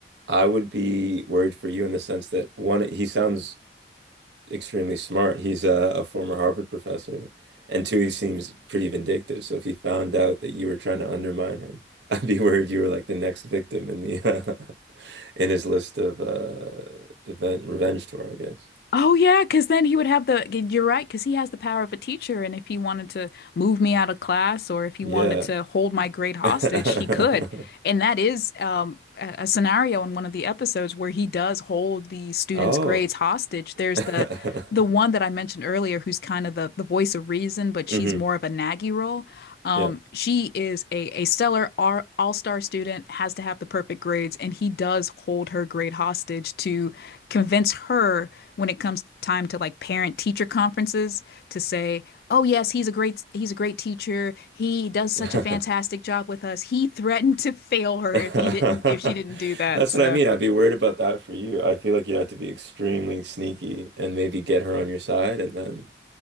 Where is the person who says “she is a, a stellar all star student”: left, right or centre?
Left